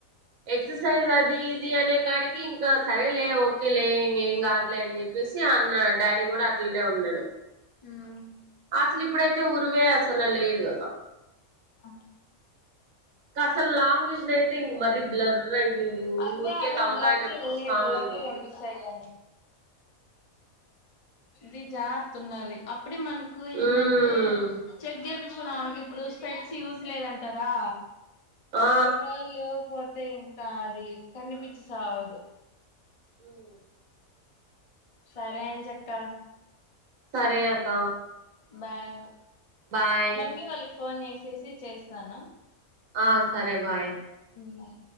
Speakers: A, on the right; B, on the left.
A: ఎక్సర్సైజ్ అది ఇది అనే కాడికి ఇంకా సరేలే ఓకేలే ఇంక ఏం గాదులే అని జెప్పేసి అన్న డాడీ గూడా అట్లనే ఉన్నడు
B: మ్
A: అసలు ఇప్పుడైతే ఉరువే అసలు లేదు గదా
B: ఆ
A: కసలు లాంగ్ విజన్ అయితే ఇంక మరీ బ్లర్ అయింది ఊరికే
B: అదే అవి
A: తలకాయనొప్పి
B: బ్లర్లీ
A: ఒస్తా
B: బ్లర్లీ
A: ఉంది
B: కనిపిస్తాయి <inaudible> ఇది జారుతుండాలి అప్పుడే మనకు
A: మ్మ్
B: ఏందంటే చెగ్గేబి ఇప్పుడు స్పెట్స్ యూజ్ లేదంటరా
A: ఆ
B: కొన్ని రోజులు పో తే ఇంకా అది కనిపిచ్చి సావదు
A: <inaudible>
B: సరే అంజక్క
A: సరే అక్క
B: బాయ్
A: బాయ్
B: మమ్మీ వాళ్ళకి ఫోన్ జేసేసి చేస్తాను
A: ఆ సరే బాయ్
B: బాయ్